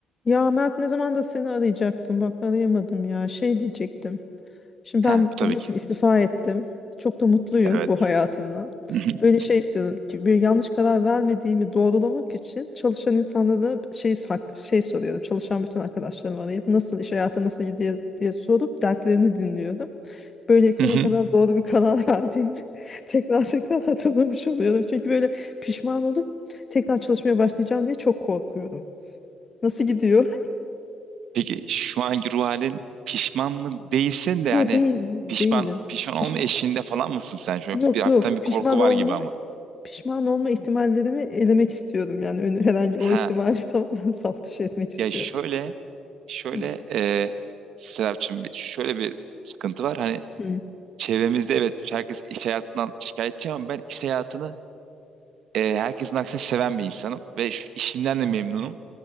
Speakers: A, on the left; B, on the right.
A: Ya Mert ne zaman da seni arayacaktım. Bak arayamadım ya. Şey diyecektim. Şimdi
B: Ha,
A: ben
B: bu tabii
A: biliyorsun
B: ki.
A: istifa ettim. Çok da mutluyum
B: Evet.
A: bu hayatımla.
B: <laughs>
A: Böyle şey istiyorum ki bir yanlış karar vermediğimi doğrulamak için çalışan insanlara şey hak- şey soruyorum. Çalışan bütün arkadaşlarımı arayıp nasıl iş hayatı nasıl gidiyor diye sorup dertlerini dinliyorum. Böylelikle
B: Hı hı,
A: ne kadar
B: hı hı,
A: doğru bir karar <laughs> verdiğimi tekrar tekrar hatırlamış oluyorum. Çünkü böyle pişman olup tekrar çalışmaya başlayacağım diye çok korkuyorum. Nasıl gidiyor?
B: Peki şu anki ruh halin pişman mı değilsin de yani
A: Yo değilim,
B: pişman
A: değilim.
B: pişman
A: Piş,
B: olma eşiğinde falan mısın sen? Şu an
A: yok
B: yoksa bir hafiften
A: yok
B: bir
A: pişman
B: korku var
A: olma
B: gibi ama.
A: pişman olma ihtimallerimi elemek istiyorum. Yani önü, herhangi o
B: Ha
A: ihtimali <laughs> tamamen saf dışı etmek istiyorum.
B: ya şöyle şöyle
A: Hı.
B: e, Serapcığım, bir- şöyle bir sıkıntı var. Hani
A: Hı.
B: çevremizde evet herkes iş hayatından şikayetçi ama ben iş hayatını e, herkesin aksine seven bir insanım ve şu işimden de memnunum.